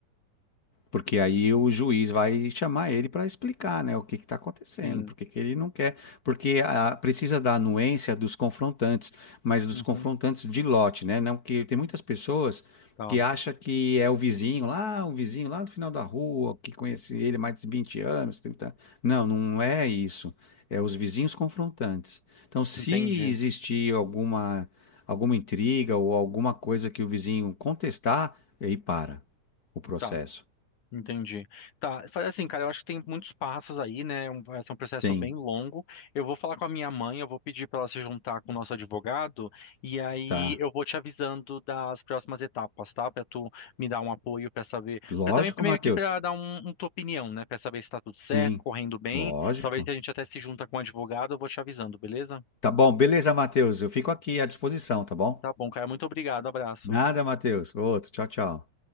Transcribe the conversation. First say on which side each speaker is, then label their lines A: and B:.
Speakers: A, on the left; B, on the left.
A: Porque aí o juiz vai chamar ele para explicar, né, o que está acontecendo,
B: Sim.
A: porque que que ele não quer, porque ah, precisa da anuência dos confrontantes, mas dos
B: Uhum.
A: confrontantes de lote, né? Não que tem muitas pessoas
B: Tá.
A: que acham que é o vizinho lá, o vizinho lá do final da rua, que conhece ele há mais de 20 anos, 30 anos. Não, não é isso. É os vizinhos confrontantes. Então, se
B: Entendi.
A: existir alguma alguma intriga ou alguma coisa que o vizinho contestar, aí para o processo.
B: Tá. Entendi. Tá, faz assim, cara, eu acho que tem muitos passos aí, né? é Um- Vai ser um processo
A: Tem,
B: bem longo. Eu vou falar com a minha mãe, eu vou pedir para ela se juntar com o nosso advogado, e aí
A: tá.
B: eu vou te avisando das próximas etapas, tá? Para tu me dar um apoio, para saber.
A: Lógico,
B: Pra também meio
A: Matheus.
B: que para dar um, um tua opinião, né? Para saber se tá tudo certo,
A: Sim,
B: correndo bem.
A: lógico.
B: Talvez a gente até se junta com o advogado, eu vou te avisando, beleza?
A: Tá bom, beleza, Matheus. Eu fico aqui à disposição, tá bom?
B: Tá bom, cara, muito obrigado, abraço.
A: Nada, Matheus. Outro, tchau, tchau.